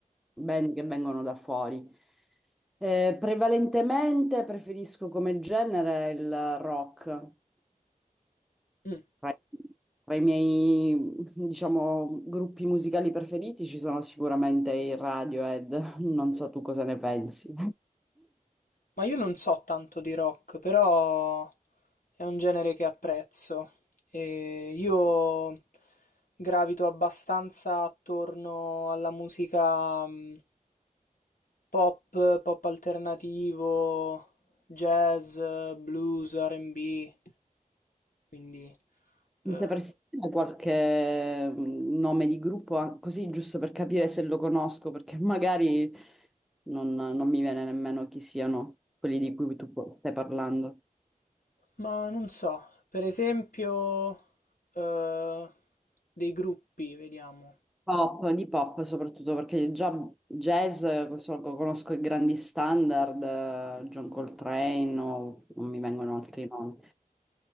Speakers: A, in the centre; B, on the left.
A: band che vengono da fuori. Eh, prevalentemente preferisco come genere il rock.
B: Mm.
A: Tra tra i miei, diciamo, gruppi musicali preferiti ci sono sicuramente i Radiohead, non so tu cosa ne pensi.
B: Ma io non so tanto di rock, però è un genere che apprezzo. E io gravito abbastanza attorno alla musica mm, pop, pop alternativo, jazz, blues, R&B, quindi...
A: Mi
B: eh,
A: sapresti dire qualche mm, nome di gruppo, ah, così giusto per capire se lo conosco, perché magari non, non mi viene nemmeno chi siano quelli di cui tu pu- stai parlando.
B: ma non so, per esempio, eh, dei gruppi, vediamo.
A: Pop, di pop soprattutto perché già jazz eh, so- conosco i grandi standard, eh, John Coltrane o non mi vengono altri nomi.